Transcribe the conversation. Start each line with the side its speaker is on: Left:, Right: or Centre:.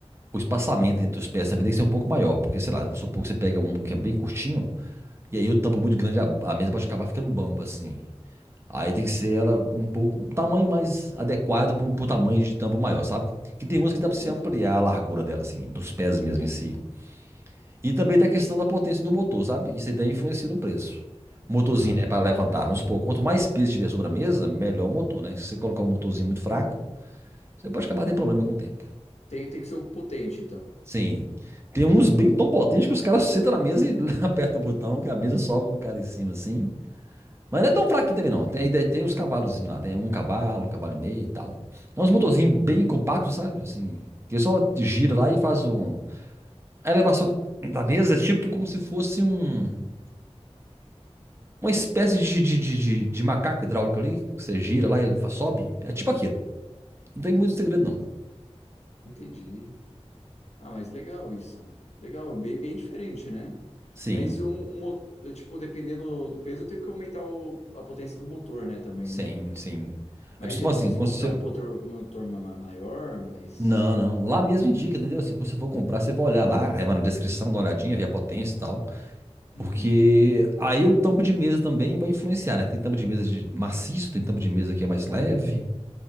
Right: o espaçamento
Left: Hum,
Right: entre os pés também tem que ser um pouco maior. Porque, sei lá, vamos supor que você pega um que é bem curtinho, e aí o tampo muito grande, a, a mesa pode acabar ficando bamba, assim. Aí tem que ser ela um pouco, um tamanho mais adequado para o tamanho de tampo maior, sabe? Que tem umas que dá
Left: entendi.
Right: pra você ampliar a largura dela, assim, dos pés mesmo em si. E também tem a questão da potência do motor, sabe? Isso aí também influencia no preço. O motorzinho,
Left: Ah,
Right: né, para levantar, vamos supor, quanto mais peso tiver sobre a mesa, melhor o motor, né? Se você colocar um motorzinho muito fraco, você pode acabar tendo problema com o tempo.
Left: tem, tem que ser um potente, então.
Right: Sim. Tem uns bem tão potentes que os caras sentam na mesa e <laughs> apertam o botão, que a mesa sobe com o cara em cima, assim. Mas não
Left: Ah,
Right: é tão fraquinho também, não. Tem, ainda tem uns cavalozinhos lá, tem um cavalo, um cavalo e meio e tal. É uns motorzinhos bem compactos, sabe? Assim, que só gira lá e faz um... A elevação da da mesa é tipo como se fosse um uma espécie de, de, de, de, de macaco hidráulico ali, que você gira lá e ele fa- sobe. É tipo aquilo. Não tem muito segredo,
Left: ent-
Right: não.
Left: entendi. Ah, mas legal isso. Legal, bem, bem diferente, né?
Right: Sim.
Left: Mas um, um mo- tipo, dependendo do peso, eu tenho que aumentar o- a potência do motor, né, também,
Right: Sim,
Left: né?
Right: sim.
Left: Mas
Right: Aí você fala
Left: é difícil
Right: assim, quando
Left: encontrar
Right: você...
Left: um motor, motor ma- ma- maior, mas
Right: Não, não. Lá mesmo indica, entendeu? Assim, quando você for comprar, você vai olhar lá, aí vai na descrição, dá uma olhadinha, vê a potência e tal.
Left: hum,
Right: Porque aí o tampo de mesa também vai influenciar, né? Tem tampo de mesa de maciço, tem tampo de mesa que é mais leve.